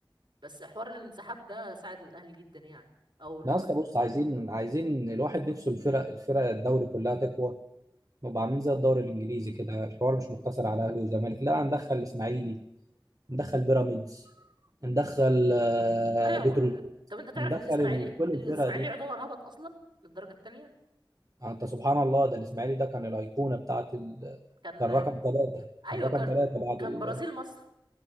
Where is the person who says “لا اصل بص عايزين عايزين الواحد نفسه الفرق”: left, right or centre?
Right